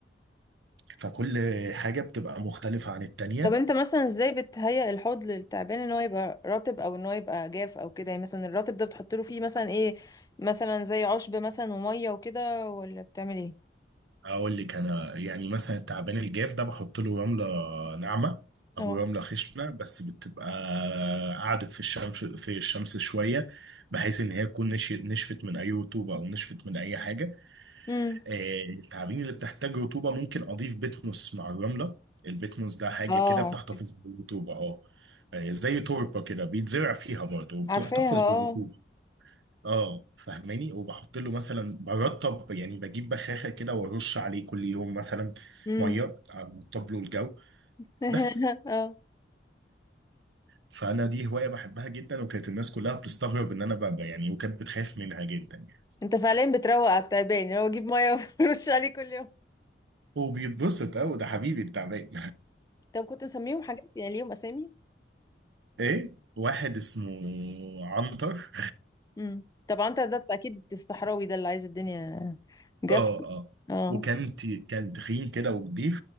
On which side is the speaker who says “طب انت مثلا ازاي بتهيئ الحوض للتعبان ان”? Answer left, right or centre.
Left